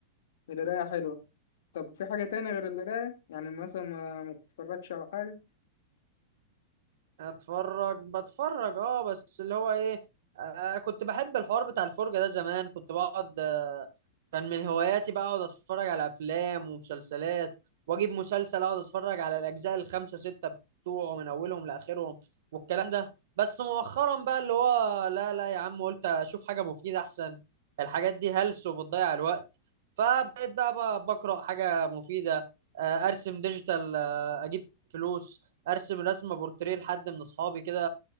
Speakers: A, on the left; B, on the right.
A: القراية حلوة طب في حاجة تاني غير القراية؟ يعني مثلا ما, ما بتتفرجش على حاجة؟
B: أتفرج بتفرج أه بس اللي هو إيه آه كنت بحب الحوار بتاع الفرجة ده زمان كنت بقعد كان من هواياتي بقى اقعد اتفرج على افلام ومسلسلات واجيب مسلسل اقعد اتفرج على الاجزاء الخمسه سته بتوعه من اولهم لاخرهم والكلام ده بس مؤخرا بقى اللي هو لا لا يا عم قلت اشوف حاجه مفيده احسن الحاجات دي هلس وبتضيع الوقت فبقيت بقى, بقى بقرا حاجه مفيده آه، ارسم ديجيتال آه، اجيب فلوس ارسم رسمه بورتريه لحد من اصحابي كده